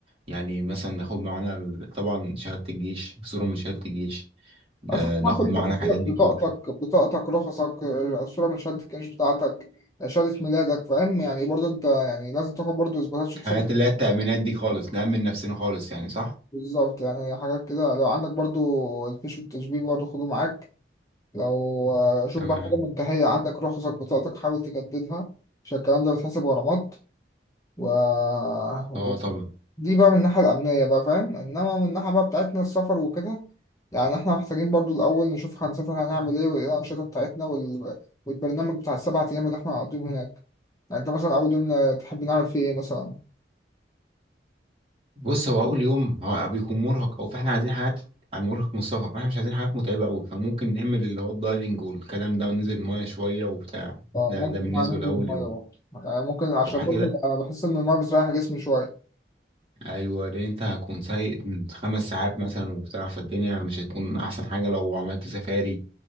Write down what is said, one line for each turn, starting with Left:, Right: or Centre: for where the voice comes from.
Right: يعني مثلا ناخد معانا ال- طبعا شهاده الجيش صوره من شهاده الجيش آه،
Left: هتاخد
Right: ناخد
Left: معاك كل
Right: معانا
Left: تفاصيلك
Right: الحاجات دي
Left: بطاقتك
Right: كلها
Left: بطاقتك رخصك الصورة من شهادة الكاش بتاعتك شهادة ميلادك فاهم يعني برضو انت يعني لازم تاخد برضو اثباتات شخصية
Right: الحاجات اللي هي التأمينات دي خالص نأمن نفسنا خالص يعني صح
Left: بالظبط يعني حاجات كده لو عندك برضو الفيش والتشبيه برضو خده معاك لو شوف
Right: تمام
Left: بقى حاجة منتهية عندك رخصك بطاقتك حاول تجددها عشان الكلام ده بيتحسب غرامات و...
Right: اه طبعا
Left: دي بقى من الناحية الأمنية بقى فاهم إنما من الناحية بقى بتاعتنا السفر وكده يعني إحنا محتاجين برضو الأول نشوف هنسافر هنعمل إيه وإيه الأنشطة بتاعتنا وال... والبرنامج بتاع السبع أيام اللي إحنا هنقضيهم هناك يعني أنت مثلا أول يوم تحب نعمل فيه إيه مثلا
Right: بص هو اول يوم هو بيكون مرهق او فاحنا عايزين حاجات مرهق من السفر فاحنا مش عايزين حاجات متعبه قوي فممكن نعمل اللي هو الدايفنج والكلام ده وننزل المايه شويه وبتاع
Left: فممكن
Right: ده ده بالنسبه
Left: بقى ننزل
Right: لاول
Left: المية
Right: يوم
Left: برضه يعني ممكن عشان
Right: صح
Left: برضه
Right: كده
Left: أنا بحس إن المية بتريح جسمي شوية
Right: ايوه لان انت هتكون سايق من خمس ساعات مثلا وبتاع فالدنيا مش هتكون احسن حاجه لو عملت سفاري